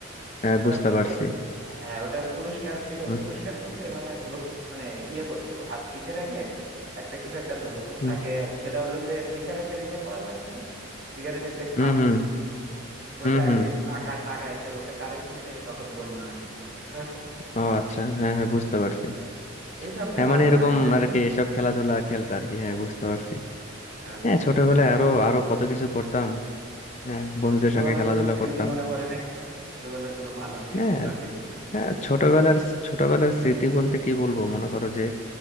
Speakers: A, on the left; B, on the right.
A: হ্যাঁ
B: বুঝতে
A: বুঝতে
B: পারছো
A: পারছি
B: ও হ্যাঁ ওটার পুরস্কার ছিল
A: হুম
B: পুরস্কার বলতে মানে ধর মানে ইয়ে করতো হাত পিছে রেখে একটা কিছু একটা ধরতো
A: হুম
B: তাকে সেটা হলো যে সিগারেটের ইয়ে পাওয়া যায় না সিগারেটের যে খাপ
A: হুম
B: ওটা
A: হুম
B: আর
A: হুম।
B: কি টাকা টাকা হিসেবে ওটা কারেন্সি হিসেবে তখন গণ্য হইতো বুঝতে পারছো
A: ও আচ্ছা হ্যাঁ হ্যাঁ বুঝতে পারছি
B: এইসব খেলা
A: হ্যাঁ মানে
B: আর
A: এরকম
B: নাই তাই না
A: আর কি এসব খেলাধুলা খেলতো আর কি হ্যাঁ বুঝতে পারছি
B: আচ্ছা
A: হ্যাঁ ছোটবেলায়
B: তোমার
A: আরো আরো কত কিছু করতাম হ্যাঁ
B: তোমার
A: বন্ধুদের
B: ছোটবেলার
A: সঙ্গে খেলাধুলা
B: কোনো স্মৃতি
A: করতাম
B: মনে পড়ে নাকি ছোটবেলার কোনো ভালো স্মৃতি
A: হ্যাঁ
B: বা কিরকম একটা
A: হ্যাঁ
B: স্মৃতি
A: ছোটবেলার ছোটবেলার স্মৃতি বলতে কি বলবো মনে করো যে